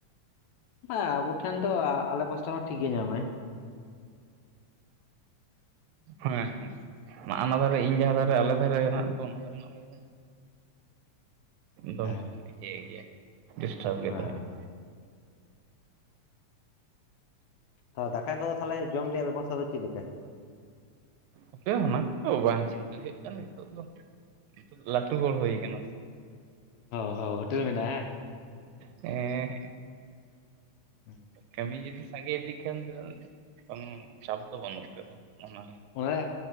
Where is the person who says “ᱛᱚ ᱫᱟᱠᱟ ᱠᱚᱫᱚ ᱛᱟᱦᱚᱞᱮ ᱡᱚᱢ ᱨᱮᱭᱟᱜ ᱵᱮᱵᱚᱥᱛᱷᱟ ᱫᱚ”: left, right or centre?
Left